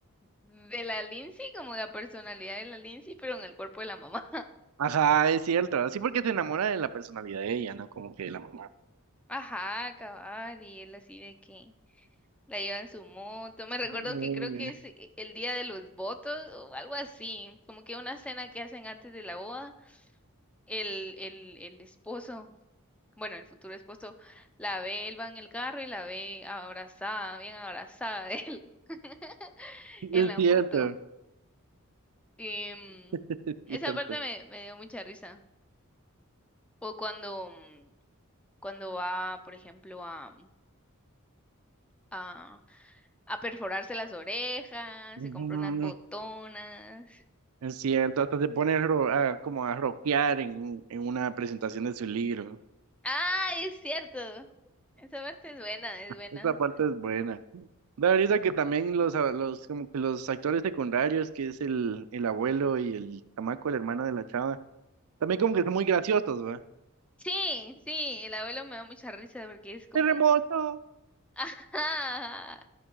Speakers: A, in the centre; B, on the right.
A: de la Lindsay, como la personalidad de la Lindsay, pero en el cuerpo de la mamá.
B: ajá, es cierto. Sí, porque se enamora de la personalidad de ella, ¿no? Como que de la mamá.
A: Ajá, cabal, y él así de que la lleva en su moto. Me recuerdo
B: Eh,
A: que creo que es eh, el día de los votos o algo así, como que una cena que hacen antes de la boda, el, el, el esposo, bueno, el futuro esposo, la ve, él va en el carro y la ve abrazada, bien abrazada de él <laughs>
B: <laughs> Es
A: en la
B: cierto,
A: moto. Em,
B: es
A: esa
B: cierto.
A: parte me, me dio mucha risa. O cuando, mm, cuando va, por ejemplo, a, a a perforarse las orejas,
B: Ujú.
A: se compró unas botonas.
B: Es cierto, hasta se pone ro- a- como a rockear en, en una presentación de su libro.
A: Ah, es cierto. Esa parte es buena, es buena.
B: Esta parte es buena. Da risa que también los, a- los, como que los actores secundarios, que es el, el abuelo y el chamaco, el hermano de la chava, también como que son muy graciosos, ¿va?
A: Sí, sí, el abuelo me da mucha risa porque es como,
B: ¡Terremoto!
A: <laughs> ajá,